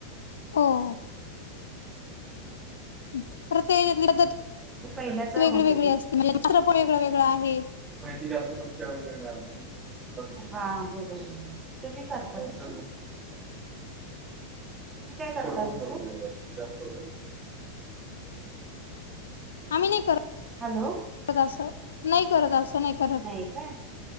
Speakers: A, on the left (about 65°); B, on the right (about 20°).
A: हो.
B: <inaudible>
A: <inaudible>
B: ते पहिल्याच होत माहिती जादू सांग वेळ मिळाला तर. हा वेगवेगळ, तुम्ही करता तस? तुम्ही काय करतात तसं.
A: आम्ही नाही करत.
B: हॅलो.
A: असं, नाही करत अस नाही. करत.
B: नाही काय?